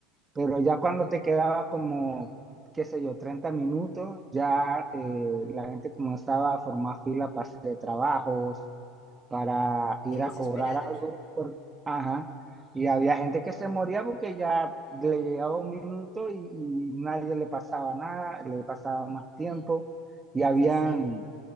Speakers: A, on the right (about 20°); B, on the left (about 50°).
A: pero ya cuando te quedaba como, qué sé yo, 30 minutos, ya eh, la gente comenzaba a formar fila para hacer trabajos, para ir
B: Sí, desesperados.
A: a cobrar algo. por- Ajá. Y había gente que se moría porque ya le llegaba un minuto y, y nadie le pasaba nada, le pasaba más tiempo. Y habían,
B: Sí, sí.